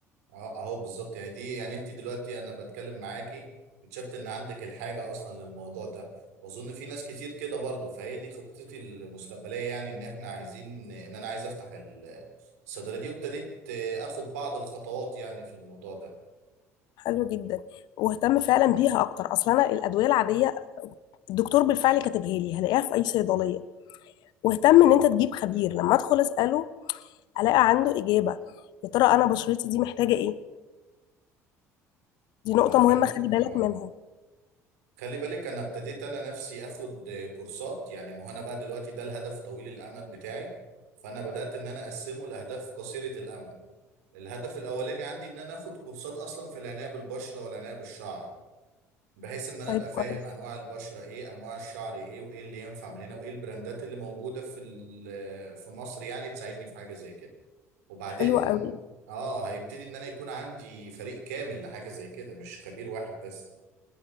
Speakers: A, on the right (about 75°); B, on the left (about 60°).
A: اه- اهو بالظبط يعني دي يعني انت دلوقتي انا بتكلم معاكي اكتشفت ان عندك الحاجه اصلا للموضوع ده واظن في ناس كتير كده برضه فهي دي خطتي المستقبليه يعني ان احنا عايزين ان انا عايز افتح ال- الصيدليه دي وابتديت آه، اخد بعض الخطوات يعني في الموضوع ده
B: حلو جدا واهتم فعلا بيها اكتر اصلا انا الادويه العاديه الدكتور بالفعل كاتبها لي هلاقيها في اي صيدليه واهتم ان انت تجيب خبير لما ادخل اساله الاقي عنده اجابه يا ترى انا بشرتي دي محتاجه ايه دي
A: انا
B: نقطه
A: فهمتك
B: مهمه خلي بالك
A: اه
B: منها
A: خلي بالك انا ابتديت انا نفسي اخد آه، كورسات يعني ما هو انا بقى دلوقتي ده الهدف طويل الامد بتاعي فانا بدات ان انا اقسمه لاهداف قصيره الامد الهدف الاولاني عندي ان انا اخد كورسات اصلا في العنايه بالبشره والعنايه بالشعر بحيث ان انا
B: طيب
A: ابقى فاهم
B: كويس
A: انواع البشره ايه انواع الشعر ايه وايه اللي ينفع من هنا وايه البراندات اللي موجوده في ال- آه، في مصر يعني تساعدني في حاجه زي كده وبعدين
B: حلو قوي
A: اه هيبتدي ان انا يكون عندي فريق كامل لحاجه زي كده مش خبير واحد بس